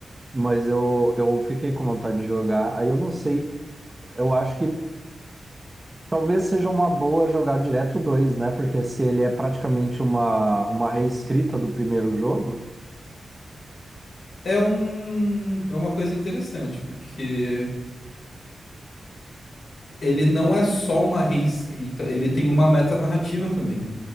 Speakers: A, on the right; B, on the left.
A: Mas eu, eu fiquei com vontade de jogar. Aí eu não sei, eu acho que Talvez seja uma boa jogar direto o 2, né? Porque se ele é praticamente uma, uma reescrita do primeiro jogo,
B: É um, é uma coisa interessante, porque ele não é só uma reescrita, ele tem uma metanarrativa também.